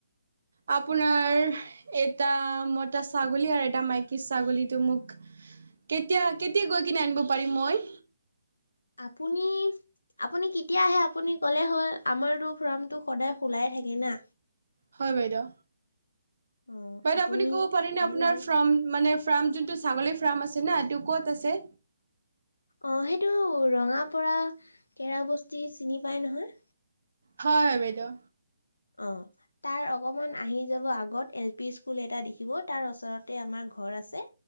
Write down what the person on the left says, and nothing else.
আপুনি আপুনি কেতিয়া আহে আপুনি কলে হ'ল আমাৰতো ফাৰ্মতো সদায় খোলাই থাকে না
অ
আপুনি
আহিলে
হ'ল
অ সেইটো ৰঙা পৰা কেৰা বস্তি চিনি পাই নহয়
অ তাৰ অকমান আহি যাব আগত এল পি স্কুল এটা দেখিব তাৰ ওচ ৰতে আমাৰ ঘৰ আছে